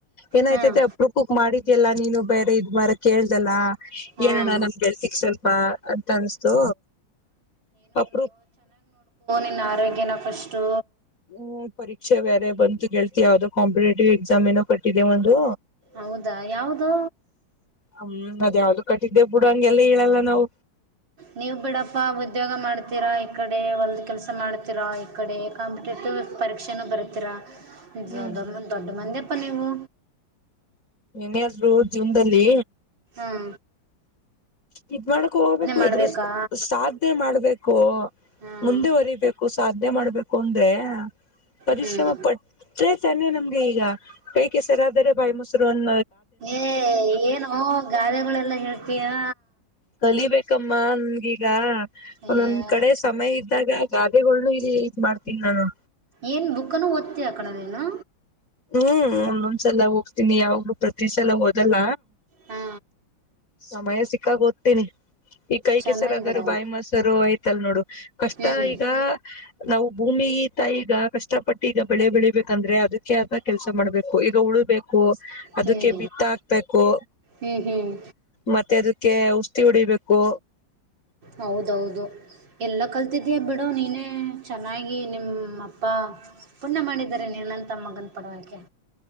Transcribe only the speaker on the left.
ಏನಾಯ್ತತೆ
ಅಪ್ರಕ್ಕೂಕ್ ಮಾಡಿದ್ಯಲ್ಲಾ ನೀನು ಬೇರೆ ಇದ್ ಮಾರ ಕೇಳ್ದಲ್ಲ
ಏನೋ ನಮ್ ಗೆಳ್ತಿಕ್ ಸ್ವಲ್ಪ ಅಂತ ಅನ್ಸ್ತು ಅಪೃಪ್
ಹ್ಮ್ ಪರೀಕ್ಷೆ ಬ್ಯಾರೆ ಬಂತು ಕೇಳ್ತಿ ಯಾವ್ದೋ ಕಾಂಪಿಟೇಟಿವ್ ಎಕ್ಸಾಮ್ ಏನೋ ಕಟ್ಟಿದೆ ಒಂದು
ಹ್ಮ್ ಅದ್ ಯಾವ್ದು ಕಟ್ಟಿದ್ದೆ ಬಿಡು ಹಂಗೆಲ್ಲ ಹೇಳಲ್ಲ ನಾವು
ಹ್ಮ್
ಏನಾದ್ರು ಜೀವಿನ್ದಲ್ಲಿ
ಇದ್ ಮಾಡಕ ಹೋಗ್ಬೇಕು
ಎದರು ಸಾಧನೆ ಮಾಡ್ಬೇಕು
ಮುಂದೆುವರಿಬೇಕು ಸಾಧನೆ ಮಾಡ್ಬೇಕು ಕೊಂದೇ ಪರಿಶ್ರಮ
ಪಟ್ಟ್ರೆ ತಾನೇ ನಮ್ಗೆ ಈಗ ಕೈ ಕೆಸರಾದರೆ ಬಾಯಿ ಮೊಸೂರು ಅನ್
ಕಲಿಬೇಕಮ್ಮ ನನ್ಗೀಗ
ಒಂದೊಂದ್ ಕಡೆ ಸಮಯ ಇವಾಗ ಗಾದೆಗಳ್ ಇ ಇ ಮಾಡ್ತೀನಿ ನಾನು
ಹ್ಮ್ ಒಂದೊಂದ್ಸಲ ಹೋಗ್ತೀನಿ ಯಾವ್ರು ಪ್ರತಿ ಸಲ ಒದಲ್ಲ
ಸಮಯ ಸಿಕ್ಕಾಗ ಓದ್ತೀನಿ ಈ ಕೈ
ಕೆಸರ ಅದಾರರು
ಬಾಯಿ ಮೊಸರು ಯ್ತ ತಲ್ ನೋಡು ಕಷ್ಟ
ಈಗ ನಾವುಬುಕ್ ಉಮ್ಮಿ ತಾಯಿಗ ಕಷ್ಟಪಟ್ಟು ಈಗ ಬೆಳೆ ಬೆಳಿಬೇಕಂದ್ರೆ ಅದಕ್ಕೆ ಆದ ಕೆಲ್ಸ ಮಾಡ್ಬೇಕು ಈಗ ಉಳಬೇಕು ಕೊ ಅದಕ್ಕೆ
ಬಿತ್ತ ಹಾಕ್ಬೇಕು
ಮತ್ತೆ ಅದು ಕೆ ಔಷದಿ ಹೊಡಿಬೇಕು